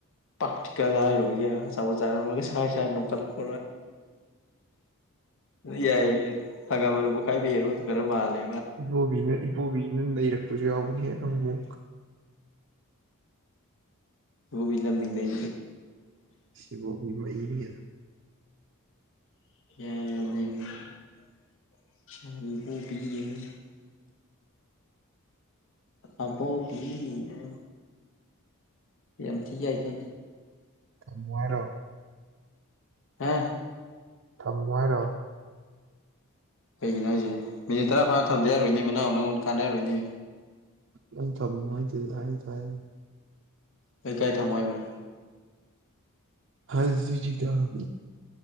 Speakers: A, on the left; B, on the right.
A: ꯄꯥꯛꯇꯤꯀꯦꯜ ꯍꯥꯏꯔꯒ ꯆꯖꯥ ꯆꯥꯏ ꯆꯥꯏ ꯅꯀꯜꯦ ꯀ ꯌꯥꯏ ꯊꯒꯥꯕꯔ ꯎꯕꯨ ꯀꯥꯏ ꯍꯦꯔꯣ ꯈꯔ ꯃꯥꯜꯦ
B: ꯏꯕꯣꯕꯤꯅ ꯏꯕꯣꯕꯤꯅ ꯂꯩꯔꯛꯄꯁꯨ ꯌꯥꯎꯕꯅꯦ ꯅꯪ ꯑꯃꯨꯛ
A: ꯍꯕꯤꯂ ꯂꯩ
B: ꯁꯤꯃꯣꯕꯤ ꯃꯩꯅꯤ
A: ꯌꯥꯖꯤ ꯑꯕꯣꯕꯤꯅ ꯌꯥꯝ ꯊꯏꯈ
B: ꯀꯃꯉꯥꯏꯔꯣ <unintelligible>
A: ꯍꯥ
B: ꯊꯝꯃꯣꯍꯥꯏꯔꯣ
A: ꯀꯩꯒꯤꯅꯣ ꯍꯥꯏꯁꯦ ꯃꯤꯅꯤꯠ ꯇꯥꯔꯥ ꯐꯥꯅꯥ ꯊꯝꯗ ꯌꯥꯔꯣꯏꯅꯦ ꯃꯅꯥꯎ ꯅꯪꯉꯣꯟꯗ ꯀꯥꯟꯅꯔꯣꯏꯅꯦ
B: ꯌꯥꯝ ꯊ ꯍꯥꯏ ꯇ ꯍꯥꯏ <unintelligible>
A: ꯑꯩꯩ ꯀꯥꯏ ꯊꯃꯣ ꯍꯥꯏꯕ
B: ꯍꯁꯖꯤꯖꯤ ꯀ <unintelligible>